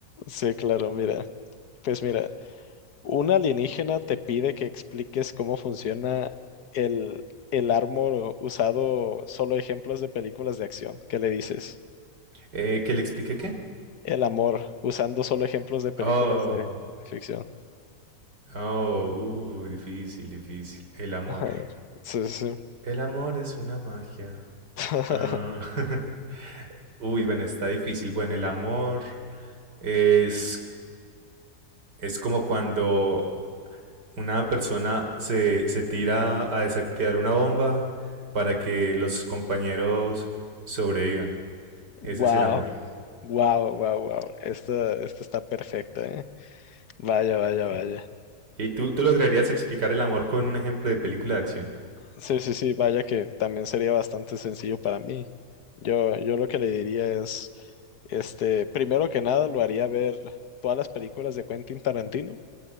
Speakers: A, on the left; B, on the right.
A: Sí, claro, mira. Pues mira, un alienígena te pide que expliques cómo funciona el, el amor usado solo ejemplos de películas de acción. ¿Qué le dices?
B: Eh, ¿que le explique qué?
A: El amor usando solo ejemplos de películas
B: Oh,
A: de ficción.
B: oh, uh, difícil, difícil. El amor.
A: <laughs> Sí, sí.
B: El amor es una magia.
A: <laughs>
B: Ah, <laughs> Uy, bueno, está difícil. Bueno, el amor es, es como cuando una persona se, se tira a desactivar una bomba para que los compañeros sobrevivan.
A: Wow,
B: Ese es el amor.
A: wow, wow, wow. <laughs> Esta, esta está perfecta, ¿eh? Vaya, vaya,
B: Ok.
A: vaya.
B: ¿Y tú, tú lograrías explicar el amor con un ejemplo de película de acción?
A: Sí, sí, sí, vaya que también sería bastante sencillo para mí. Yo, yo lo que le diría es, este, primero que nada, lo haría ver todas las películas de Quentin Tarantino